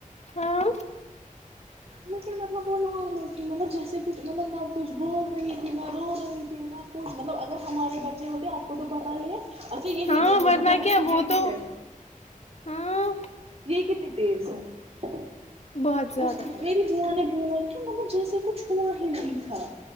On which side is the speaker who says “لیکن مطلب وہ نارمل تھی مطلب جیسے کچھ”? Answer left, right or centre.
Right